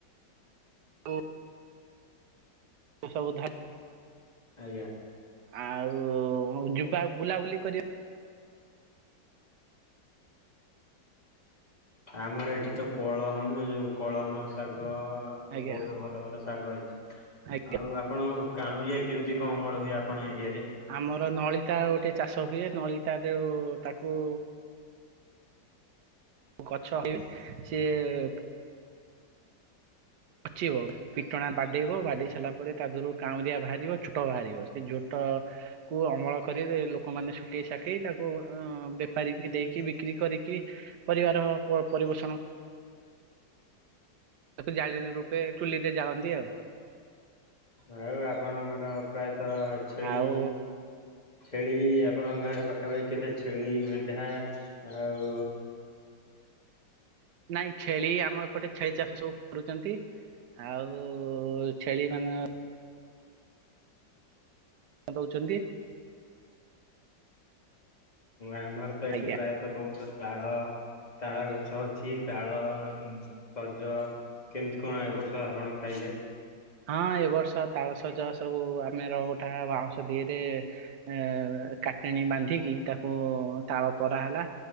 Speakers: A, on the right; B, on the left.
A: ଓହୋ। ସବୁ ଧାନ।
B: ଆଜ୍ଞା।
A: ଆଉ ଯିବା ବୁଲାବୁଲି କରିବା।
B: ଆମର ଏଠିତ କଳମ ଯୋଉ କଳମ ଶାଗ। ଆଉ
A: ଆଜ୍ଞା
B: ବହୁତ ଭଲ ଭଲ ଶାଗ ହେଇଛି
A: ଆଜ୍ଞା
B: ଆଉ ଆପଣ। କାଉଁରିଆ କେମିତି କଣ ଅମଳ ହୁଏ ଆପଣଙ୍କ ଏରିଆରେ।
A: ଆମର ନଳିତା ଗୋଟେ ଚାଷ ହୁଏ। ନଳତା ଯେଉଁ ତାକୁ। ଗଛଲଗେଇବେ ସିଏ। ପଚିବ ପିଟଣା ବାଡେଇବ ବାଡେଇ ସାରିଲା ପରେ ତାଦେହରୁ କାଉଁଦିଆ ବାହାରିବ, ଝୋଟ ବାହାରିବ। ସେ ଝୋଟ। କୁ ଅମଳ କରିବେ ଲୋକମାନେ ଶୁଖେଇ ସାକେଇ ତାକୁ ଅ ବେପାରୀ ଦେଇକି ବିକ୍ରି କରିକି। ପରିବାର ପରିପୋଷଣ। ତାକୁ ଜାଳେଣି ରୂପେ ଚୁଲିରେ ଜାଳନ୍ତି ଆଉ।
B: ଆଉ ଆପଣ ପ୍ରାୟତ ଛେଳି।
A: ଆଉ
B: ଛେଳି ଆପଣଙ୍କ ଗାଁରେ ପାଖାପାଖି କେତେ ଛେଳି ମେଣ୍ଢା ଆଉ।
A: ନାଇଁ ଛେଳି ଚାଷ ଆମ ଏପଟେ ଛେଳି ଚାଷ ସବୁ କରୁଚନ୍ତି। ଆଉ ଛେଳି ମାନେ। କଣ ଦଉଚନ୍ତି।
B: ଆମରତ ଏଠି
A: ଆଜ୍ଞା
B: ପ୍ରାୟତଃ ବହୁତ। ତାଳ ତାଳଗଛ ଅଛି ତାଳସଜ। କେମିତି କଣ
A: ହଁ
B: ଏ ବର୍ଷ ଆପଣ ଖାଇଲେ।
A: ହଁ ଏ ବର୍ଷ ତାଳସଜ ସବୁ ଆମେର ଗୋଟେ ବାଉଁଶ ଦେହରେ। ଏ କାଟଣୀ ବାନ୍ଧିକି ତାକୁ ତାଳ ପରା ହେଲା।